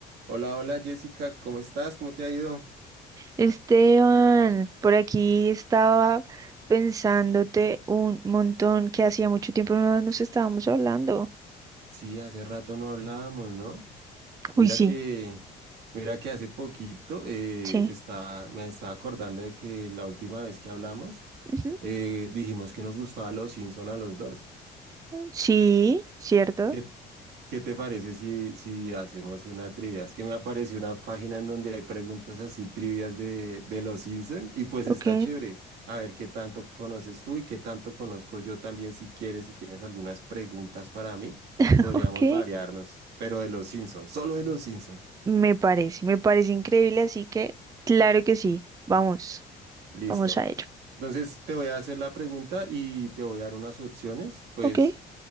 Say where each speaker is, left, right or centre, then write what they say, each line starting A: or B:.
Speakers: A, on the right; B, on the right.
A: Hola, hola Jessica, ¿cómo estás? ¿Cómo te ha ido?
B: Esteban, por aquí estaba pensándote un montón que hacía mucho tiempo no nos estábamos hablando.
A: Sí, hace rato no hablábamos, ¿no? Mira
B: Uy, sí,
A: que, mira que hace poquito eh,
B: sí.
A: estaba- me estaba acordando de que la última vez que hablamos
B: ujú,
A: eh, dijimos que nos gustaba Los Simpson a los dos.
B: mm, Sí, cierto.
A: ¿Qué, qué te parece si, si hacemos una trivia? Es que me apareció una página en donde hay preguntas así trivias de, de los Simpson y pues
B: Ok,
A: está chévere. A ver qué tanto conoces tú y qué tanto conozco yo también. Si quieres, si tienes algunas preguntas para mí,
B: <laughs>
A: podríamos
B: ok.
A: variarnos, pero de los Simpson, solo de los Simpson.
B: Me parece, me parece increíble, así que claro que sí. Vamos,
A: Listo.
B: vamos a ello.
A: Entonces te voy a hacer la pregunta y te voy a dar unas opciones, pues
B: Ok.